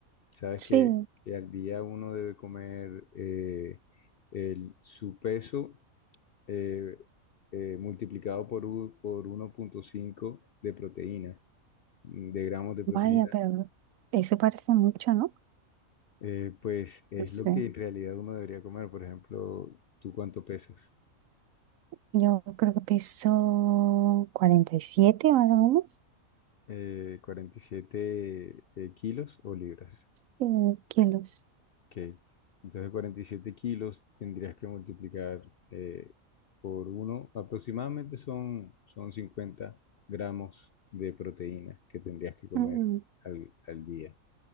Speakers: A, on the left; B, on the right.
A: Sabes
B: sí,
A: que, que al día uno debe comer eh, el, su peso eh, eh, multiplicado por, u- por 1.5 de proteína, mm, de gramos de proteína,
B: vaya, pero eso parece mucho, ¿no?
A: eh, pues es
B: No
A: lo
B: sé.
A: que en realidad uno debería comer. Por ejemplo, ¿tú cuánto pesas?
B: Yo creo que peso 47 más o menos
A: Eh, 47 eh, kilos o libras.
B: sí, kilos.
A: Ok. Entonces 47 kilos tendrías que multiplicar eh, por uno, aproximadamente son, son 50 gramos de proteína que tendrías que comer
B: Mm,
A: al, al día.